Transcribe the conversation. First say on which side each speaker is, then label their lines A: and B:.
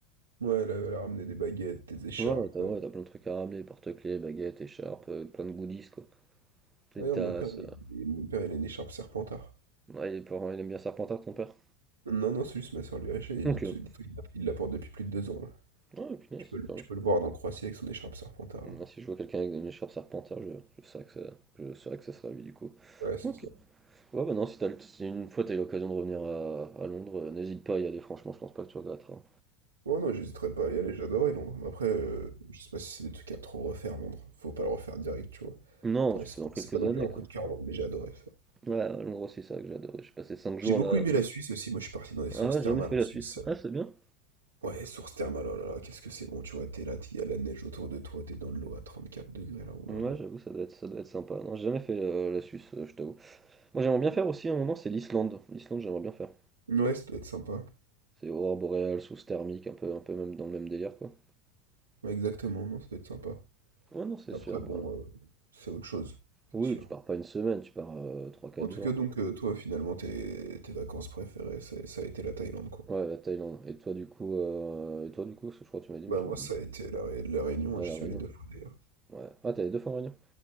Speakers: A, on the right; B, on the right.
A: Ouais, elle a, elle a ramené des baguettes, des écharpes.
B: Ouais, ouais, t'as
A: euh.
B: ouais, t'as plein de trucs à ramener, porte-clés, baguettes, écharpes, euh, plein de goodies, quoi. Des
A: D'ailleurs,
B: tasses.
A: mon père, il,
B: euh.
A: il- mon père, il a une écharpe Serpentard.
B: Ouais, il, est pas- il aime bien Serpentard, ton père.
A: Non, non, c'est juste ma soeur lui a acheté, il
B: Ok.
A: dit, tu- dis il la- il la porte depuis plus de deux ans, là.
B: Ouais, punaise,
A: Tu peux, le-
B: quand
A: tu
B: même.
A: peux le voir dans Croatie avec son écharpe Serpentard.
B: Moi, si je vois quelqu'un avec une écharpe Serpentard, je, je saurais que ça, je saurais que ça serait lui, du coup.
A: Ouais, Ouais, c'est
B: Ok.
A: ça.
B: Ouais, bah non, si, t'as le- si une fois t'as eu l'occasion de revenir à, à Londres, euh, n'hésite pas à y aller, franchement, je pense pas que tu regretteras.
A: Ouais, non, j'hésiterais pas à y aller, j'adorais Londres. Mais Après, euh, je sais pas si c'est des trucs à trop refaire, Londres. Faut pas le refaire direct, tu vois.
B: Non,
A: Ouais,
B: tu fais
A: c'est
B: dans
A: pas,
B: quelques
A: c'est pas non
B: années,
A: plus un
B: quoi.
A: coup de cœur, mais j'ai adoré ça.
B: Ouais, ouais, l'endroit c'est ça que j'adorais. J'ai passé 5 jours
A: J'ai beaucoup
B: là.
A: aimé la Suisse aussi, moi je suis parti dans les sources
B: Ah ouais,
A: thermales
B: j'ai jamais fait
A: en
B: la
A: Suisse.
B: Suisse. Ah, c'est bien.
A: Ouais, sources thermales, oh là là, qu'est-ce que c'est bon, tu vois, t'es là, il y a la neige autour de toi, t'es dans de l'eau à trente-quatre degrés là, oh
B: Ouais,
A: là
B: j'avoue, ça doit être, ça doit être sympa. Non, j'ai jamais fait euh, la Suisse, euh, je t'avoue. Moi, j'aimerais bien faire aussi à un moment, c'est l'Islande. L'Islande, j'aimerais bien faire.
A: là. Ouais, ça doit être sympa.
B: C'est aurore boréale, sous thermique, un peu, un peu même dans le même délire, quoi.
A: Ouais, exactement, non, ça doit être sympa.
B: Ouais, non, c'est
A: Après,
B: sûr.
A: bon,
B: ouais.
A: euh, c'est autre chose,
B: Oui,
A: c'est sûr.
B: tu pars pas une semaine, tu pars euh, trois quatre
A: En tout
B: jours,
A: cas, donc,
B: quoi.
A: euh, toi, finalement, tes, tes vacances préférées, c'est- ça a été la Thaïlande, quoi.
B: Ouais, la Thaïlande. Et toi, du coup, euh, et toi, du coup, parce que je crois que tu m'as dit, mais
A: Bah,
B: j'ai
A: moi,
B: oublié.
A: ça a été la, Ré- la Réunion,
B: Ouais,
A: hein, j'y
B: la
A: suis
B: Réunion.
A: allé deux fois d'ailleurs.
B: Ouais. Ah, t'es allé deux fois en Réunion?